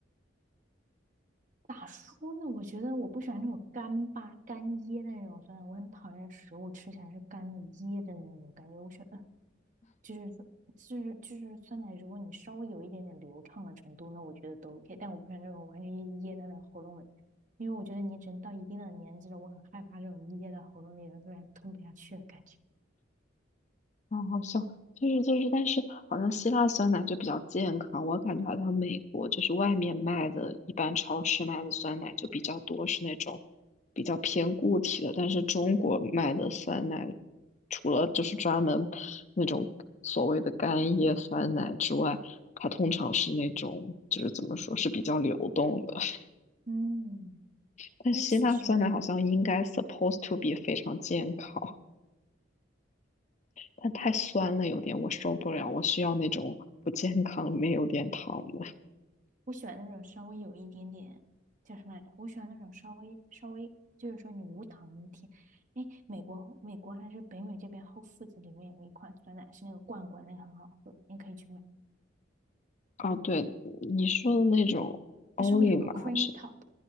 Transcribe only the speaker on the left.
啊，好像就是就是，但是好像希腊酸奶就比较健康，我感觉好像美国就是外面卖的，一般超市卖的酸奶就比较多是那种比较偏固体的，但是中国卖的酸奶，除了就是专门那种所谓的干叶酸奶之外，它通常是那种就是怎么说是比较流动的，<laughs>
但希腊酸奶好像应该
supposed to be 非常健康。它太酸了，有点我受不了，我需要那种不健康里面有点糖的。
哦，对，你说的那种 Oli
吗？
还是